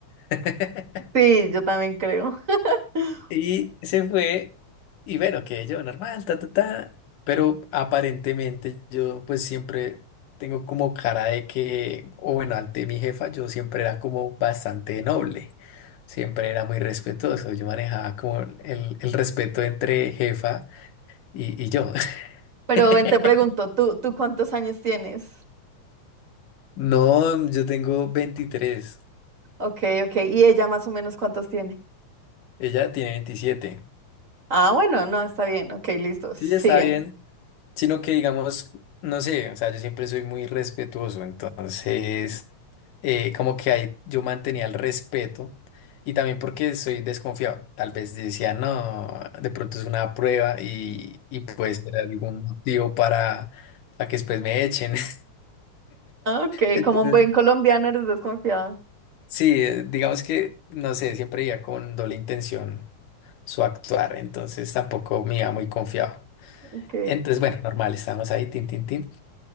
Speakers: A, on the left (about 85°); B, on the right (about 30°).
A: <laughs>
B: Sí, yo también creo. <laughs>
A: Y se fue y bueno, que yo normal, ta, ta, ta. Pero aparentemente yo pues siempre tengo como cara de que, o bueno, ante mi jefa yo siempre era como bastante noble, siempre era muy respetuoso, yo manejaba como el, el respeto entre jefa y, y yo.
B: Pero
A: <laughs>
B: ven, te pregunto, ¿tú, tú cuántos años tienes?
A: No, yo tengo veintitrés
B: Ok, ok, ¿y ella más o menos cuántos tiene?
A: ella tiene veintisiete
B: Ah, bueno, no, está bien, ok, listo, sigue.
A: Sí, ya está bien. sino que digamos, no sé, o sea, yo siempre soy muy respetuoso, entonces eh, como que ahí yo mantenía el respeto y también porque soy desconfiado, tal vez decía, no, de pronto es una prueba y, y puede ser algún motivo para, para que después me echen. <laughs>
B: Ah, Ok,
A: Entonces,
B: como un buen colombiano eres desconfiado.
A: sí, eh, digamos que, no sé, siempre iba con doble intención su actuar, entonces tampoco me iba muy confiado.
B: Ok.
A: Entonces, bueno, normal, estábamos ahí, tin, tin, tin.